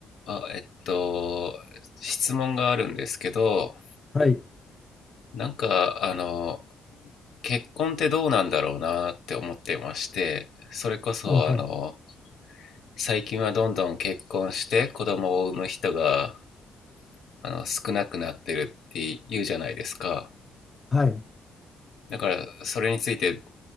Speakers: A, on the left; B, on the left.
A: あ、えっと、質問があるんですけど、
B: はい、
A: なんか、あの、結婚ってどうなんだろうなって思ってまして、それこそ、
B: あ、はい、
A: あの、最近はどんどん結婚して子供を産む人が、あの、少なくなってるって言うじゃないですか。
B: はい、
A: だから、それについて、